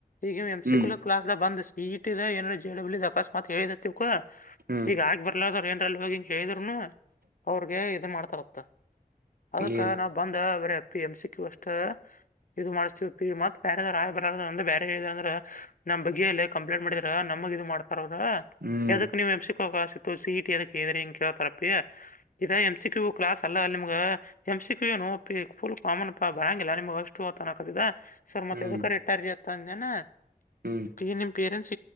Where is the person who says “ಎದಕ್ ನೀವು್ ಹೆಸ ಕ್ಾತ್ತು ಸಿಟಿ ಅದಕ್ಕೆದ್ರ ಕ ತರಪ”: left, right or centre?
Left